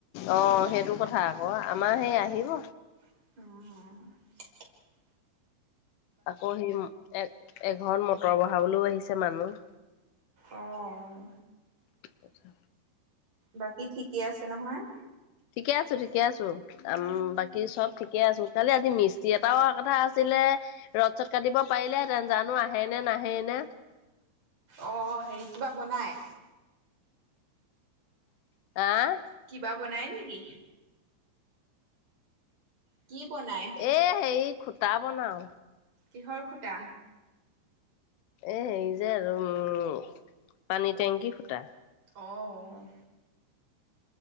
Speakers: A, on the left (about 85°); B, on the right (about 35°).
A: অ' সেইটো কথা আকৌ আমাৰ সেই আহিব।
B: অহ'
A: আকৌ সেই এক এঘৰত মটৰ বহাবলৈও আহিছে মানুহ।
B: অ'অ'।
A: কি কথা।
B: বাকী ঠিকেই আছে নহয়
A: ঠিকে আছো ঠিকে আছো উম বাকী চব ঠিকে আছো কালি আজি মিস্ত্ৰী এটাও কথা আছিল <unintelligible> ৰ'দ চদ কাটিব পাৰিলেহেঁতেন জানো আহে নে নাহে নে।
B: অ হেৰি কিবা বনাই
A: আ
B: কিবা বনাই নিকি কি বনায়
A: এ হেৰি খুটা বনাও
B: কিহৰ খূটা
A: এ হেৰি যে আৰু উম পানীৰ টেংকি খুটা
B: অঁ